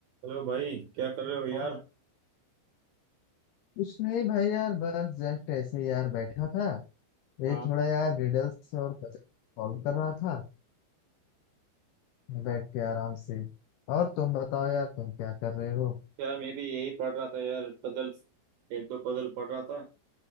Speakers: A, on the right (about 80°); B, on the left (about 85°).
A: Hello भाई क्या कर रहे हो यार
B: और कुछ नहीं भाई यार बस जस्ट ऐसे ही यार बैठा था ये
A: हाँ
B: थोड़ा यार रिडल्स और पजल सॉल्व कर रहा था बैठ के आराम से और तुम बताओ यार तुम क्या कर रहे हो
A: यार मैं भी यही पढ़ रहा था यार पजल एक दो पजल पढ़ रहा था